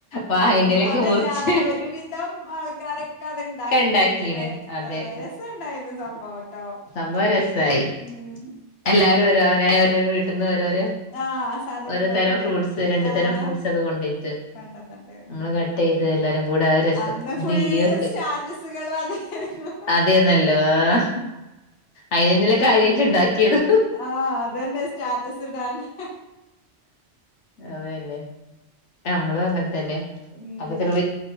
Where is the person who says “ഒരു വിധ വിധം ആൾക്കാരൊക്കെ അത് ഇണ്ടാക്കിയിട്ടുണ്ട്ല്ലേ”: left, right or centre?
Left